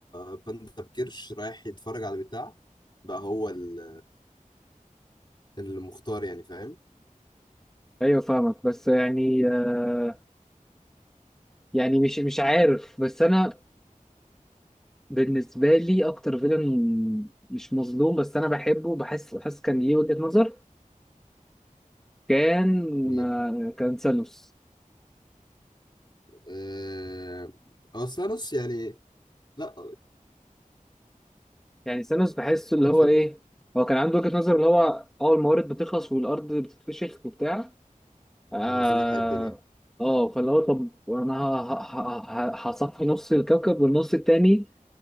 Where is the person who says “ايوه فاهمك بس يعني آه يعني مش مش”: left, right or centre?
Centre